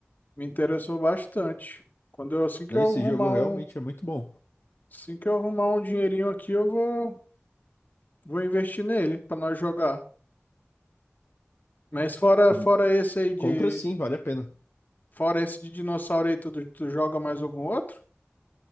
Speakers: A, on the left; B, on the left.
A: Me interessou bastante. Quando eu, assim que
B: Não,
A: eu
B: esse
A: arrumar
B: jogo realmente
A: um,
B: é muito bom.
A: assim que eu arrumar um dinheirinho aqui, eu vou, vou investir nele pra nós jogar. Mas fora,
B: Hum,
A: fora esse aí de,
B: Compra sim, vale a pena.
A: fora esse de dinossauro aí, tu, tu joga mais algum outro?